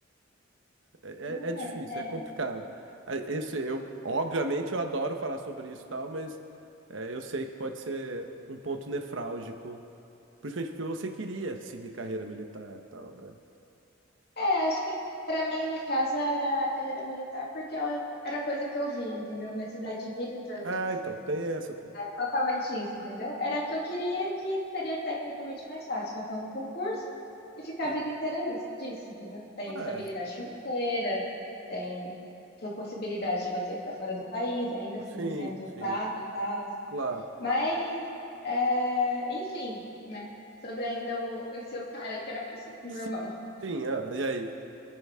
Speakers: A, on the right; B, on the left.
A: É,
B: É,
A: é é difícil,
B: é.
A: é complicado. A- Eu eu, obviamente eu adoro falar sobre isso e tal, mas é, eu sei que pode ser um ponto nefrálgico, principalmente porque você queria seguir carreira militar e tal, né?
B: É, acho que pra mim, no caso, era a carreira militar, porque ela era a coisa que eu via, entendeu? A minha cidade vira em torno
A: Ah,
B: disso.
A: então, tem essa também.
B: Totalmente isso, entendeu? Era a que eu queria e que seria tecnicamente mais fácil, passar no concurso e ficar
A: Sim.
B: a vida inteira isso, disso, entendeu? Tem estabilidade
A: É,
B: financeira, tem possibilidade de você ir para fora do país, ainda assim
A: sim,
B: sendo
A: sim,
B: pago e tal.
A: claro.
B: Mas, é, enfim, né? Sobre ainda o, esse o cara aí que era parecido com o
A: Sim,
B: meu irmão.
A: sim, ah, e aí?